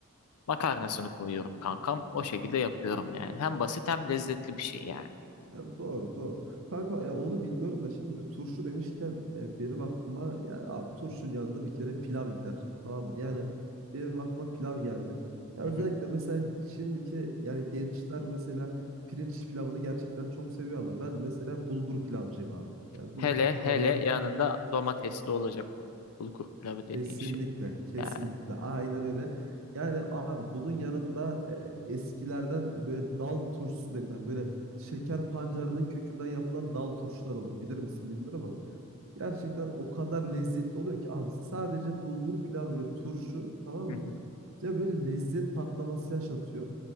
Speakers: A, on the left (about 80°); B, on the right (about 60°).
A: Makarnasını koyuyorum
B: <laughs>
A: kankam. O şekilde yapıyorum yani. Hem basit hem lezzetli bir şey yani.
B: Ya doğru doğru. Kanka e, onu bilmiyorum da şimdi turşu demişken e, benim aklıma ya abi turşunun yanında bir kere pilav gider. Tamam mı? Yani benim aklıma pilav geldi. Ya
A: Hı
B: özellikle
A: hı.
B: mesela şimdiki yani gençler mesela pirinç pilavını gerçekten çok seviyor ama ben mesela bulgur pilavcıyım abi. Yani
A: Hele
B: bulgur
A: hele
B: pilavına
A: yanında domatesli olacak o. Bulgur pilavı dediğin
B: Kesinlikle,
A: şey.
B: kesinlikle.
A: Yani.
B: Aynen öyle. Yani abi bunun yanında e, eskilerden böyle dal turşusu denilen böyle şeker pancarının kökünden yapılan dal turşular olur. Bilir misin bilmiyorum ama gerçekten o kadar lezzetli oluyor ki abi sadece bulgur pilavı ve turşu tamam
A: Hı hı.
B: mı? Ya böyle lezzet patlaması yaşatıyor.